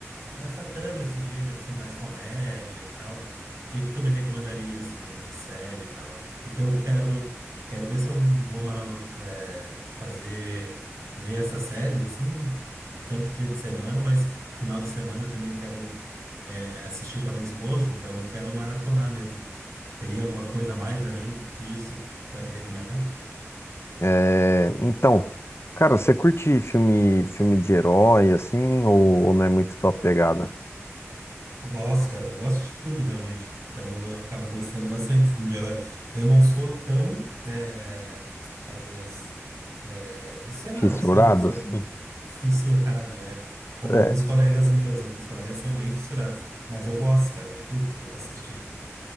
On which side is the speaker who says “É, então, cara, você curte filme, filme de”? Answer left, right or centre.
Left